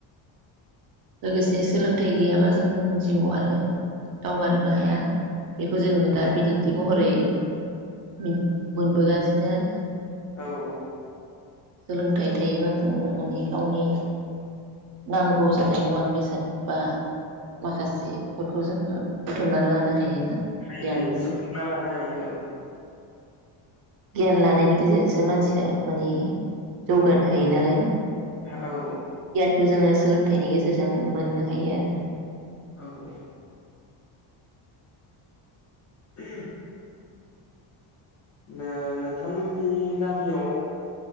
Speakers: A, on the right; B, on the left.
A: लोगोसे सोलोंथाइ गैयाबा जों जिउआव आरो दावगानोबो हाया। बेखौ जोङो दा
B: हाया
A: बिदिन्थि महरै मोनबोगासिनो आरो
B: औ औ
A: सोलोंथाइ थायोबा जोंनो माने गावनि नांगौ जानाय मुवा बेसाद बा माखासेफोरखौ जोङो बुथुमनानै लानो हायो। ना
B: हायो
A: गियानफोरखौ
B: हायो सुफुंना लानो हायो औ।
A: गियान लानायनि गेजेरजोंसो मानसिया माने जौगानो हायो नालाय ना
B: औ औ
A: खौ जोङो सोलोंथाइनि गेजेरजों मोननो हायो आरो।
B: औ औ <inaudible> ना नोंथांमोननि गामियाव